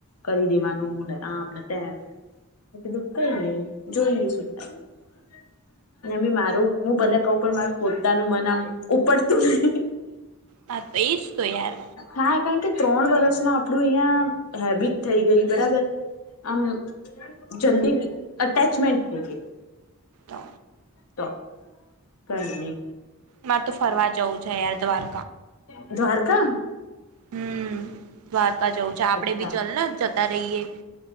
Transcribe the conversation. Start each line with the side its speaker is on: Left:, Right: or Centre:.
Left: કરી દેવાનું હું ને આમ ને તેમને કીધું કઈ નઈ જોઈએ સુ અને ભી મારું હું ભલે કહ પણ મારું પોતાનું મન આમ ઉપડતું જ નહી.
Right: હા તો એજ તો યાર
Left: હા કારણ કે ત્રણ વર્ષમાં આપ <inaudible> હેબિટ થઈ ગઈ બરાબર આમ જલ્દી અટેચમેન્ટ થઈ ગઈ.
Right: તો
Left: તો કઈ ની.
Right: માર તો ફરવા જવું છે યાર. અવાર
Left: <inaudible> દ્વારકા.
Right: હમ્મ, વાત કા જવું છે. આપડે
Left: અચ્છા
Right: બી ચલને જતા રહીએ.